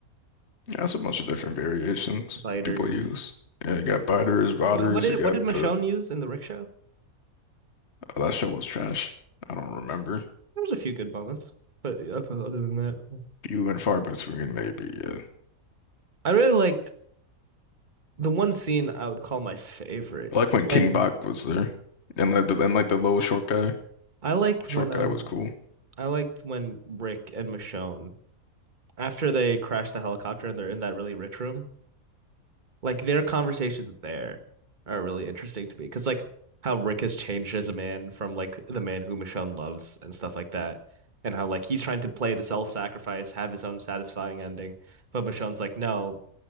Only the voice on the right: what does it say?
biters.
What, what did
what did Michonne
use in the Rick show?
There was a few good moments, but uh, other than that, no.
I really liked the one scene I would call my favorite
is
when
I liked
when
um
I liked when Rick and Michonne after they crash the helicopter and they're in that really rich room, like their conversations there are really interesting to me because like how Rick has changed as a man from like the man who Michonne loves and stuff like that, and how like he's trying to play the self-sacrifice, have his own satisfying ending, but Michonne's like, no,